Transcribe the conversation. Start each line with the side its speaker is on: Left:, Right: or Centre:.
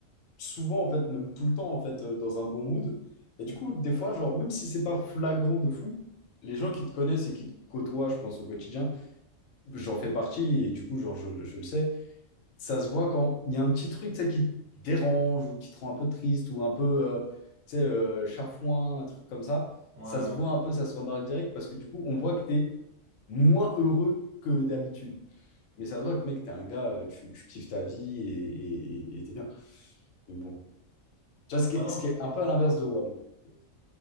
Left: souvent, en fait, même tout le temps, en fait, euh, dans un bon mood. Et du coup, des fois, genre, même si c'est pas flagrant de fou, les gens qui te connaissent et qui te côtoient, je pense, au quotidien, j'en fais partie et du coup, genre, je, je le sais ça se voit quand il y a un petit truc, tu sais, qui te dérange ou qui te rend un peu triste ou un peu, euh, tu sais, euh, chafouin, un truc comme ça.
Right: ouais, ouais.
Left: Ça se voit un peu, ça se remarque direct parce que du coup, on voit que tu es moins heureux que d'habitude. Mais ça se voit que, mec, t'es un gars, euh, tu, tu kiffes ta vie et, et, et- et t'es bien. Mais bon. Tu vois, ce qui
Right: Bah
Left: est,
Right: non.
Left: ce qui est un peu à l'inverse de WAM.